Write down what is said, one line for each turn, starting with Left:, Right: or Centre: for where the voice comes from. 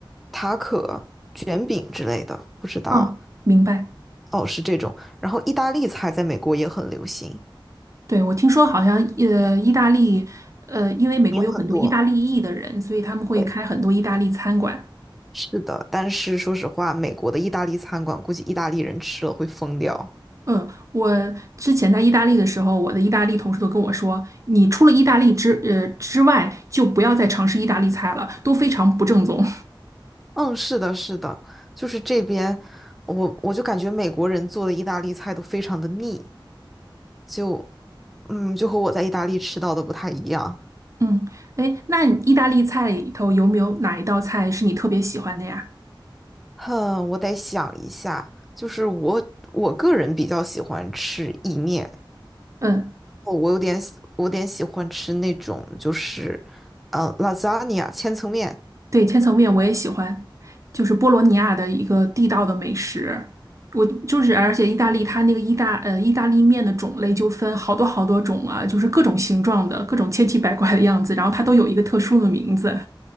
Centre: 塔可、卷饼之类的，不知道，
Right: 啊，明白。
Centre: 哦，是这种。然后意大利菜在美国也很流行，
Right: 对，我听说好像呃，意大利呃，因为美国有很多意大利裔的人，
Centre: 也很多。
Right: 所以他们会开很多意大利餐馆。
Centre: 对。是的，但是说实话，美国的意大利餐馆估计意大利人吃了会疯掉。
Right: 嗯，我之前在意大利的时候，我的意大利同事都跟我说，你除了意大利之呃之外，就不要再尝试意大利菜了，都非常不正宗。
Centre: 嗯，是的，是的，就是这边，我我就感觉美国人做的意大利菜都非常的腻，就，嗯，就和我在意大利吃到的不太一样。
Right: 嗯，哎，那你意大利菜里头有没有哪一道菜是你特别喜欢的呀？
Centre: 哼，我得想一下，就是我我个人比较喜欢吃意面，
Right: 嗯，
Centre: 哦，我有点喜我有点喜欢吃那种就是，呃，lasagna 千层面，
Right: 对，千层面我也喜欢，就是波罗尼亚的一个地道的美食。我就是，而且意大利它那个意大呃意大利面的种类就分好多好多种啊，就是各种形状的，各种千奇百怪的样子，然后它都有一个特殊的名字。